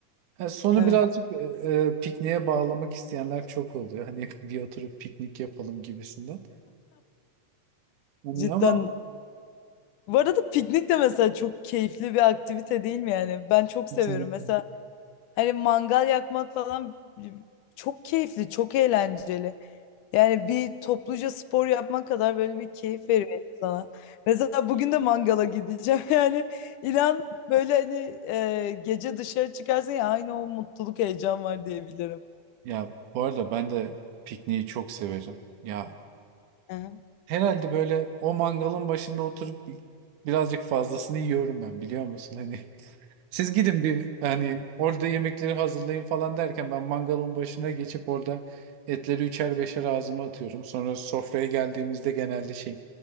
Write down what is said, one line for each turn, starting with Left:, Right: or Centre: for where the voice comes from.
Right: Yani sonu
Left: Evet.
Right: birazcık e, e, pikniğe bağlamak isteyenler çok oluyor. Hani <laughs> bir oturup piknik yapalım gibisinden. Hani
Left: Cidden.
Right: ama
Left: Bu arada piknik de mesela çok keyifli bir aktivite değil mi yani? Ben çok
Right: <laughs>
Left: seviyorum. Mesela hani mangal yakmak falan ıı, çok keyifli, çok eğlenceli. Yani bir topluca spor yapmak kadar böyle bir keyif veriyor insana. Mesela bugün de mangala gideceğim. <laughs> Yani inan böyle hani e, gece dışarı çıkarsın ya aynı o mutluluk heyecan var diyebilirim.
Right: ya bu arada ben de pikniği çok severim. Ya
Left: Aha.
Right: herhalde böyle o mangalın başında oturup birazcık fazlasını yiyorum ben biliyor musun? Hani Siz gidin bir hani orada yemekleri hazırlayın falan derken ben mangalın başına geçip orada etleri üçer beşer ağzıma atıyorum. Sonra sofraya geldiğimizde genelde şey